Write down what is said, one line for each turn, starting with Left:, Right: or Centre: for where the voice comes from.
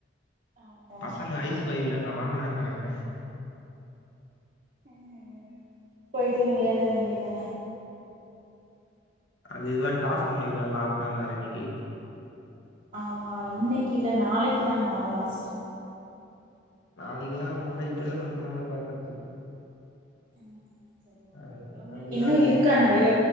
Right: ஆமா
Left: பசங்க ஐஸ் பாய் விளாயாடலா வாங்கன்றாங்க
Right: அ அ போயிட்டு விளையாட வேண்டியது தான
Left: அது இது வ டாஸ்க் முடியு இல்ல லாஸ்ட் நாள் வேற இன்னைக்கி
Right: ஆமா இன்னைக்கி இல்ல நாளைக்கு தா லாஸ்ட்டு
Left: நாளைக்கு எல்லா வாய்ப்பு இல்ல நம்மளால பேசுறத்துக்கு
Right: ம் சரி ஓகே
Left: நாளைக்கு
Right: ஓகே உங்களுக்கு
Left: நான் விளையாடுறதுக்கு
Right: இன்னு இருக்கா நறைய